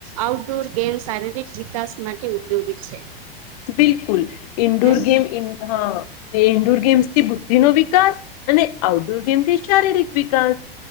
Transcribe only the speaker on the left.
બિલકુલ ઇન્ડોર
ગેમ્સ હા ન્ડોર ગેમ્સ થી બુદ્ધિ નો વિકાસ અને આઉટડોર ગેમથી શારીરિક વિકાસ,